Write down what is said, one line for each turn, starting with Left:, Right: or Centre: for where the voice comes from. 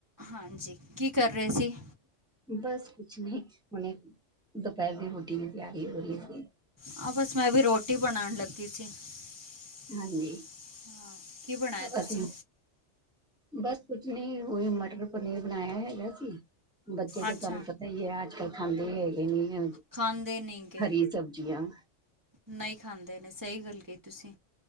Right: ਹਾਂਜੀ, ਕੀ ਕਰ ਰਹੇ ਸੀ?
Centre: ਬਸ ਕੁਛ ਨਹੀਂ, ਹੁਣੇ ਦੁਪਹਿਰ ਦੀ ਰ੍ਹੋਟੀ ਦੀ ਤਿਆਰੀ ਹੋ ਰਹੀ ਸੀ।
Right: ਆਹ, ਬਸ ਮੈਂ ਵੀ ਰ੍ਹੋਟੀ ਬਣਾਣ ਲੱਗੀ ਸੀ। ਹਾਂ,
Centre: ਹਾਂਜੀ
Right: ਕੀ ਬਣਾਇਆ ਤੁਸੀਂ?
Centre: ਅਸੀਂ ਬਸ ਕੁਛ ਨੀ, ਉਹੀ ਮਟਰ-ਪਨੀਰ ਬਣਾਇਆ ਹੈਗਾ ਸੀ, ਬੱਚੇ ਤੇ
Right: ਅੱਛਾ
Centre: ਤੁਹਾਨੂੰ ਪਤਾ ਤਾ ਈ ਆ, ਅੱਜ-ਕੱਲ ਖਾਂਦੇ ਹੈਗੇ ਨਹੀਂ,
Right: ਖਾਂਦੇ ਨਹੀਂ ਗੇ
Centre: ਹਰੀ ਸਬਜ਼ੀਆ।
Right: ਨਹੀਂ ਖਾਂਦੇ ਨੇ, ਸਹੀ ਗੱਲ ਕਹੀ ਤੁਸੀਂ।